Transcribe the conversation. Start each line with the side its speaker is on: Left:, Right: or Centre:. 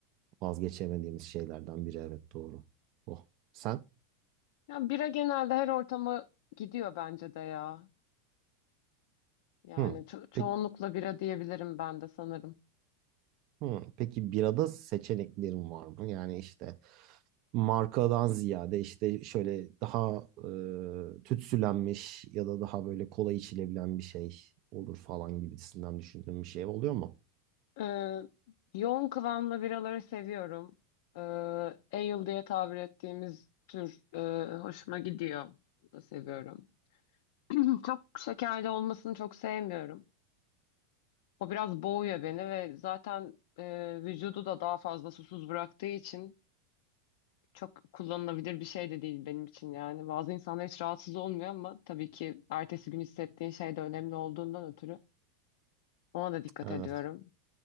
Right: vazgeçemediğimiz şeylerden biri evet doğru. Oh. Sen?
Left: Yani bira genelde her ortama gidiyor bence de ya. Yani
Right: Hı.
Left: ço- çoğunlukla
Right: Peki
Left: bira diyebilirim ben de sanırım.
Right: Hı, peki birada seçeneklerim var mı? Yani işte markadan ziyade işte şöyle daha e, tütsülenmiş ya da daha böyle kolay içilebilen bir şey olur falan gibisinden düşündüğüm bir şey oluyor mu?
Left: Ee, yoğun kıvamlı biraları seviyorum. Ee, ale diye tabir ettiğimiz tür e, hoşuma gidiyor. Onu da seviyorum. Hı, Çok şekerli olmasını çok sevmiyorum. O biraz boğuyor beni ve zaten e, vücudu da daha fazla susuz bıraktığı için çok kullanılabilir bir şey de değil benim için yani. Bazı insanlar hiç rahatsız olmuyor ama tabii ki ertesi gün hissettiğin şey de önemli olduğundan ötürü ona da dikkat
Right: Evet.
Left: ediyorum.